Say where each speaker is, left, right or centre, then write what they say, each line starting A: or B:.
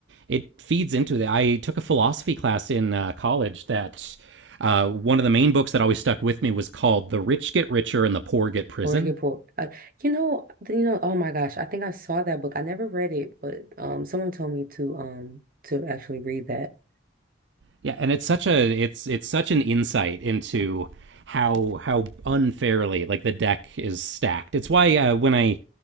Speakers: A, on the right; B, on the right.
A: It feeds into that. I took a philosophy class in uh, college that uh, one of the main books that always stuck with me was called The Rich Get Richer and the Poor Get Prison.
B: Horrible. Uh, you know, you know. Oh my gosh, I think I saw that book. I never read it, but um, someone told me to um to actually read that.
A: Yeah, and it's such a it's it's such an insight into how how unfairly like the deck is stacked. It's why uh, when I